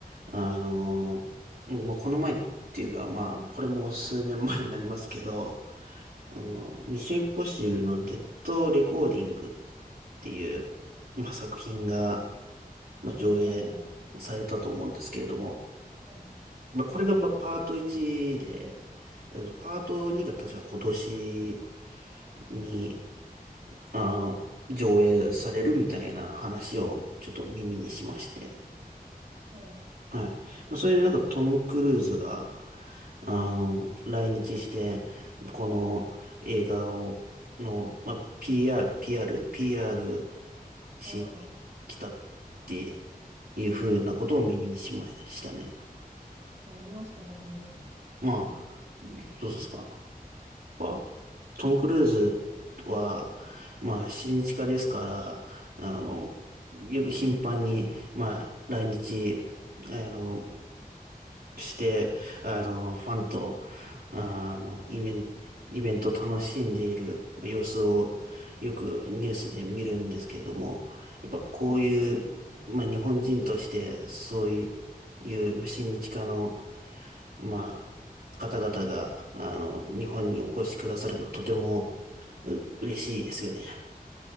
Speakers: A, on the right; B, on the right.
A: あの、まあ、この前っていうか、まあ、これも数年前になりますけど、あの、
B: あ、はい。
A: ミッションインポッシブルのデッドレコーディングっていう、まあ、作品が、まあ、上映されたと思うんですけれども、
B: はいはいはい
A: まあ、これがまあパート1で、えっとパート2が確か今年
B: はい
A: に、あー、上映されるみたいな話をちょっと耳にしまして。
B: はい。
A: はい。まあ、それでなんかトム・クルーズが、あの来日して、この映画を、の、まあ、PR、PR、PR しに来たっていうふうなことを耳にしましたね。
B: あーあ、見ました、なんかニュースで。
A: まあ、どうですかやっぱ、トム・クルーズは、まあ、親日家ですから、あの、よく頻繁に、まあ、来日、あの、して、あの、ファンと、あの、イベント、イベントを楽しんでいるまあ様子をよくニュースで見るんですけれども、やっぱこういう、
B: はい。
A: まあ日本人としてそういう、いうまあ親日家のまあ、方々が、あの、日本にお越しくださるのはとても、う、嬉しいですよね。